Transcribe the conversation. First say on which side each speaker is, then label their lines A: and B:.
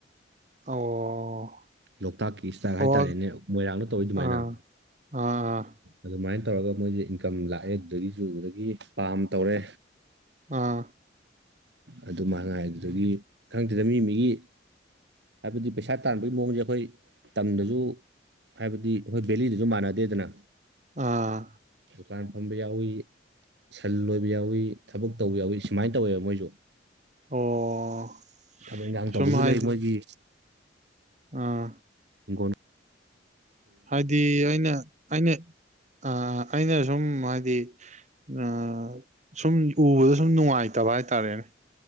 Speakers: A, on the right; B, on the right.
A: ꯑꯣ
B: ꯂꯣꯛꯇꯥꯛꯀꯤ ꯏꯁꯇꯥꯏꯜ
A: ꯑꯣ
B: ꯍꯥꯏꯇꯥꯔꯦꯅꯦ ꯃꯣꯏꯔꯥꯡꯅ ꯇꯧꯏ ꯑꯗꯨꯃꯥꯏꯅ
A: ꯑꯥ ꯑꯥ
B: ꯑꯗꯨꯃꯥꯏꯅ ꯇꯧꯔꯒ ꯃꯣꯏꯁꯦ ꯏꯟꯀꯝ ꯂꯥꯛꯑꯦ ꯑꯗꯨꯗꯒꯤ ꯄꯥꯝ ꯇꯧꯔꯦ
A: ꯑꯥ
B: ꯑꯗꯨ ꯃꯉꯥꯏ ꯑꯗꯨꯗꯒꯤ ꯈꯪꯗꯦꯗ ꯃꯤ ꯃꯤꯒꯤ ꯍꯥꯏꯕꯗꯤ ꯄꯩꯁꯥ ꯇꯥꯟꯕꯒꯤ ꯃꯑꯣꯡꯖꯦ ꯑꯩꯈꯣꯏ ꯇꯝꯗꯁꯨ ꯍꯥꯏꯕꯗꯤ ꯑꯈꯣꯏ ꯕꯦꯂꯤꯗꯖꯨ ꯃꯥꯟꯅꯗꯦꯗꯅ
A: ꯑꯥ
B: ꯗꯨꯀꯥꯟ ꯐꯝꯕ ꯌꯥꯎꯏ ꯁꯜ ꯂꯣꯏꯕ ꯌꯥꯎꯏꯤ ꯊꯕꯛ ꯇꯧꯕ ꯌꯥꯎꯏꯤ ꯁꯨꯃꯥꯏ ꯇꯧꯋꯦꯕ ꯃꯣꯏꯖꯨ
A: ꯑꯣ
B: ꯊꯕꯛ ꯏꯪꯒꯥꯡ ꯇꯧꯕꯖꯨ
A: ꯁꯨꯝ ꯍꯥꯏꯗꯤ
B: ꯂꯩ ꯃꯣꯏꯒꯤ
A: ꯑꯥ
B: ꯏꯪꯒꯣꯟ
A: ꯍꯥꯏꯗꯤ ꯑꯩꯅ ꯑꯩꯅ ꯑ ꯑꯩꯅ ꯁꯨꯝ ꯍꯥꯏꯗꯤ ꯑꯥ ꯁꯨꯝ ꯎꯕꯗ ꯁꯨꯝ ꯅꯨꯡꯉꯥꯏꯇꯕ ꯍꯥꯏꯇꯥꯔꯦꯅꯦ